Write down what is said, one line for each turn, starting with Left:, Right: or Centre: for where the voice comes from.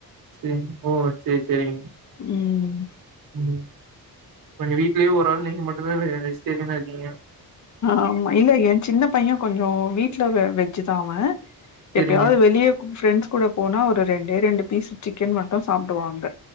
Right: செரி போ சேரி சேரிங்க
Left: ம்
Right: ம் எங்க வீட்லயே ஒரு ஆள் நீங்க மட்டு இப்பவே வெஜ்டேரியனா இருக்கீங்க
Left: ஆமா இல்ல ஏ சின்ன பைய கொஞ்ச வீட்ல வெஜ்ஜுதா அவ
Right: சேரிங்க
Left: எப்பயாது வெளிய பிரெண்ட்ஸ் கூட போனா ஒரு ரெண்டே ரெண்டு பீஸ் சிக்கன் மட்டு சாப்பிடுவாங்க